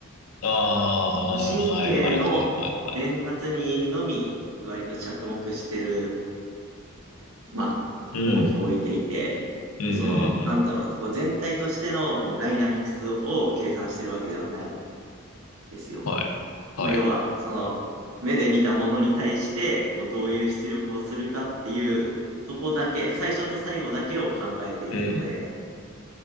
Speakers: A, on the left (about 70°); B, on the right (about 85°).
A: ああ、
B: まあ、神経の伝達にのみ、
A: はいはいはいはいはい。
B: 割と着目してる、まあ、
A: うん。
B: 重きを置いていて、
A: うんうんうん
B: まあ、その、なんだろう、こう全体としてのこのダイナミクスを計算してるわけではないですよ。
A: うん。はい。はい。
B: まあ、要は、その、目で見たものに対して、こう、どういう出力をするかっていう、そこだけ、最初と最後だけを考えているので、
A: うん。